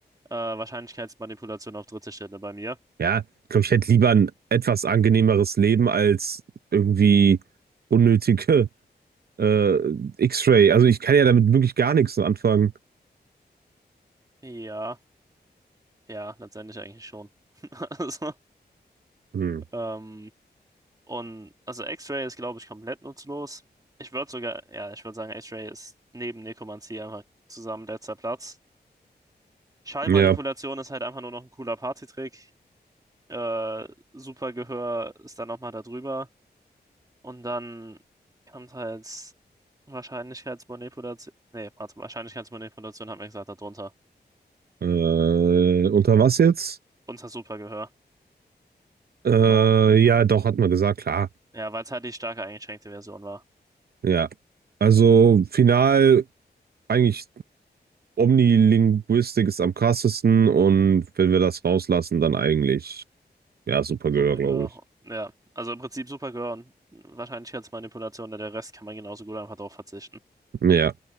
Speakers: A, on the right; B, on the right.
A: äh, Wahrscheinlichkeitsmanipulation auf dritte Stelle bei mir.
B: Ja, ich glaube, ich hätte lieber ein etwas angenehmeres Leben als irgendwie unnötige äh, X-Ray. Also ich kann ja damit wirklich gar nichts anfangen.
A: Ja, ja, letztendlich eigentlich schon. <laughs> Also,
B: Hm.
A: ähm, Und also X-Ray ist, glaube ich, komplett nutzlos. Ich würde sogar, ja, ich würde sagen, X-Ray ist neben Nekromantie einfach zusammen letzter Platz. Schallmanipulation
B: Ja,
A: ist halt einfach nur noch ein cooler Partytrick. Äh, Supergehör ist dann nochmal da drüber. Und dann kommt halt Wahrscheinlichkeitsmanipulation. Nee, warte, Wahrscheinlichkeitsmanipulation hat man gesagt, da drunter
B: äh, unter was jetzt?
A: Unter Supergehör,
B: Äh,
A: oder?
B: ja, doch, hat man gesagt, klar.
A: Ja, weil es halt die starke eingeschränkte Version war.
B: Ja, also final eigentlich Omnilinguistik ist am krassesten und wenn wir das rauslassen, dann eigentlich, ja, super
A: Supergirl.
B: Gehör, glaube ich.
A: Ja, also im Prinzip Supergirl und Wahrscheinlichkeitsmanipulation, denn der Rest kann man genauso gut einfach darauf verzichten.
B: Ja.